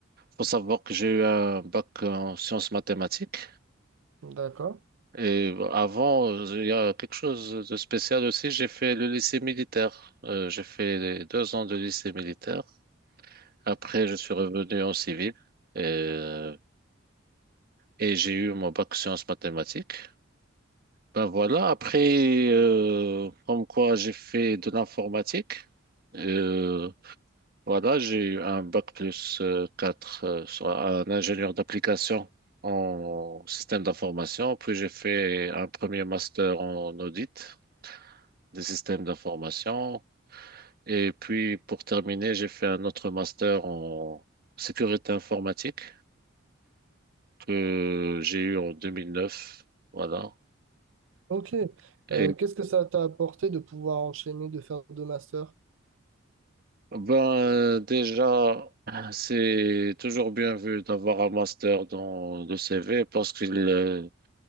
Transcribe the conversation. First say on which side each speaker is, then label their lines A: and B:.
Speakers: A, on the right (about 50°); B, on the right (about 70°).
A: faut savoir que j'ai eu un bac en sciences mathématiques.
B: D'accord.
A: Et avant, euh, il y a quelque chose de spécial aussi. J'ai fait le lycée militaire. Euh, j'ai fait les deux ans de lycée militaire. Après, je suis revenu en civil et, euh, et j'ai eu mon bac sciences mathématiques. Ben voilà. Après, euh, comme quoi, j'ai fait de l'informatique. Euh, Voilà, j'ai eu un bac plus euh, 4, euh, soit un ingénieur d'application en système d'information. Puis j'ai fait un premier master en audit des systèmes d'information. Et puis pour terminer, j'ai fait un autre master en sécurité informatique que j'ai eu en 2009. Voilà.
B: Ok.
A: Et
B: Euh, qu'est-ce que ça t'a apporté de pouvoir enchaîner, de faire deux masters?
A: ben déjà, c'est toujours bien vu d'avoir un master dans le CV parce qu'il euh,